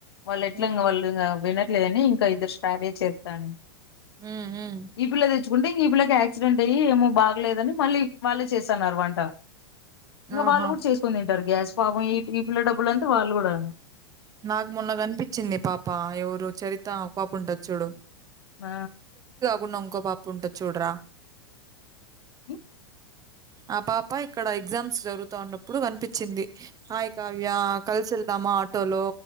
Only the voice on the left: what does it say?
వాళ్ళు ఎట్లా
వాళ్ళు ఇంగ వినట్ లేదని ఇంకా ఇద్దరు స్టరే చెప్పాను
ఈ పిల్లది ఇప్పుడంటే ఆ పిల్లకి యాక్సిడెంట్ అయ్యి ఏమో బాగలేదని ఇప్పుడు వాళ్ళే చేసన్నరు వంట టా ఇంగ
వాళ్ళు కూడా చేసుకోలేరు టార్ గ్యాస్ ఫామ్ అయ్యే టీ పిల్ల డబ్బులు అంతా వాళ్ళు కూడా
ఆ
మీ